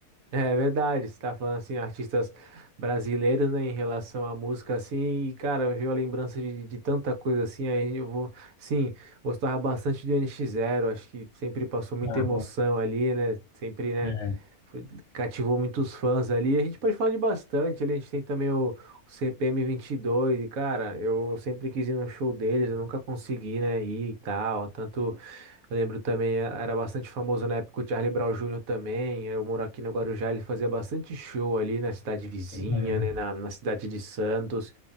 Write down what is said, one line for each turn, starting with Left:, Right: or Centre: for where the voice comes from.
Right: É verdade, você tá falando assim, artistas brasileiros, né, em relação à música, assim, e cara, veio a lembrança de, de tanta coisa assim, aí eu vou, sim, gostava bastante de NX Zero, acho que sempre passou muita
Left: Ah,
Right: emoção ali, né, sempre, né,
Left: é,
Right: foi- cativou muitos fãs ali, a gente pode falar de bastante ali, a gente tem também o, o CPM 22, e dois, e cara, eu sempre quis ir no show deles, eu nunca consegui, né, ir e tal, tanto eu lembro também, eh, era bastante famoso na época o Charlie Brown Júnior também. Eu moro aqui no Guarujá, ele fazia bastante show ali na cidade vizinha,
Left: é.
Right: né, na, na cidade de Santos.